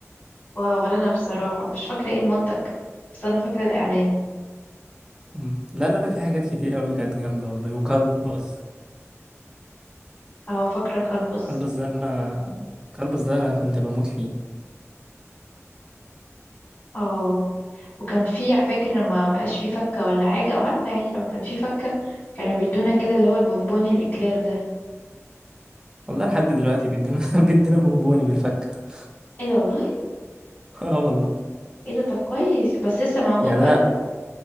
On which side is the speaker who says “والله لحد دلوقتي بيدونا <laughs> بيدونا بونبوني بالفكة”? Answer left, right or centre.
Right